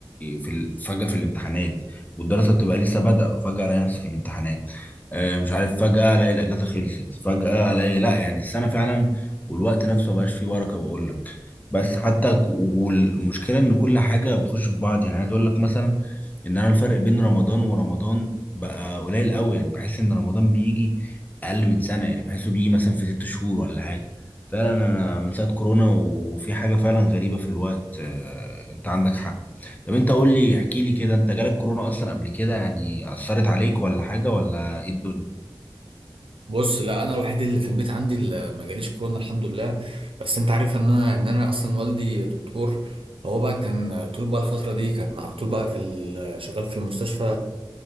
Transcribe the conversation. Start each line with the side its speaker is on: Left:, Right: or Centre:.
Left: في ال- فجأة في الامتحانات والدراسه بتبقى لسه بادئه وفجاه الاقي نفسي في الامتحانات آه، مش عارف فجاه الاقي الاجازه خلصت فجاه الاقي لا يعني السنه فعلا والوقت نفسه مبقاش فيه بركه بقول لك بس حتى ك- والمشكله ان كل حاجه بتخش في بعض يعني عايز اقول لك مثلا ان انا الفرق بين رمضان ورمضان بقى قليل قوي يعني بحس ان رمضان بيجي اقل من سنه يعني بحسه بيجي مثلا في ست شهور ولا حاجه فعلا انا من ساعه كورونا وفي حاجه فعلا غريبه في الوقت آه، انت عندك حق طب انت قول لي احكي لي كده انت جالك كورونا اصلا قبل كده يعني اثرت عليك ولا حاجه ولا ايه الدنيا
Right: بص لا انا الوحيد اللي في البيت عندي اللي ما جاليش كورونا الحمد لله بس انت عارف ان انا ان انا اصلا والدي دكتور فهو بقى كان طول بقى الفتره دي كان على طول بقى في ال- شغال في المستشفى